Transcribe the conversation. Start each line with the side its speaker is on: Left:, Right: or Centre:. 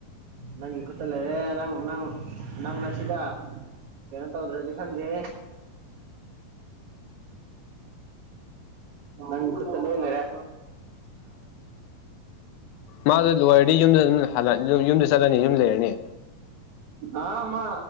Right: ꯅꯪꯒꯤ ꯈꯨꯠꯇ ꯂꯩꯔꯦ ꯅꯪ ꯅꯪ ꯅꯪꯅ ꯁꯤꯗ ꯀꯩꯅꯣ ꯇꯧꯗ꯭ꯔꯁꯦ ꯈꯪꯗꯦ ꯅꯪꯒꯤ ꯈꯨꯠꯇ ꯂꯣꯏ ꯂꯩꯔꯦ
Left: ꯃꯥꯗꯨ ꯂꯣꯏꯔꯗꯤ ꯌꯨꯝꯗ ꯑꯗꯨꯝ ꯌꯨꯝꯗ ꯆꯠꯂꯅꯤ ꯌꯨꯝ ꯂꯩꯔꯅꯤ
Right: ꯑꯥ ꯃꯥ